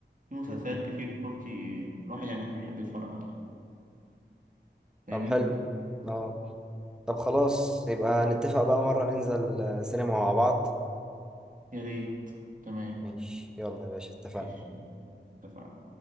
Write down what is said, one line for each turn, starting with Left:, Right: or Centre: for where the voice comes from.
Right: في مسلسلات
Centre: مم.
Right: كتير تركي الواحد يعني بيحب يتفرج عليها فاهمني؟
Centre: طب حلو اه طب خلاص يبقى نتفق بقى مره ننزل آه، سينما مع بعض
Right: يا ريت تمام
Centre: ماشي يلا يا باشا اتفقنا
Right: ماشي اتفقنا